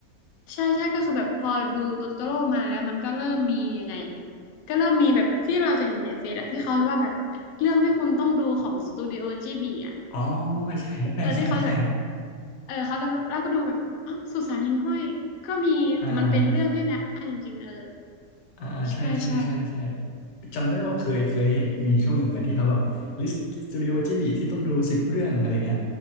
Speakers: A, on the left (about 70°); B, on the left (about 85°).
A: ใช่ใช่ก็คือแบบพอดูตูตโตโร่มาแล้วมันก็เริ่มมียังไงอะก็เริ่มมีแบบที่เราจะเห็นในเฟซอะที่เขาว่าแบบเรื่องที่คุณต้องดูของสตูดิโอจบีอะ
B: อ๋อใช่ <laughs> ใช่ใช่ใช่
A: เออที่เขาแบบเออเขาจะแบบแล้วก็ดูแบบอ้าวสุสานหิ่งห้อยก็มีแต่มันเป็นเรื่องที่ดังมากจริงๆเออ
B: อ่าอ่าใช่ใช่ใช่ใช่
A: ใช่ใช่
B: จำได้ว่าเคยเคยมีช่วงหนึ่งเหมือนกันที่เขาแบบลิสต์สตูดิโอจีบีที่ต้องดูสิบเรื่องอะไรเงี้ย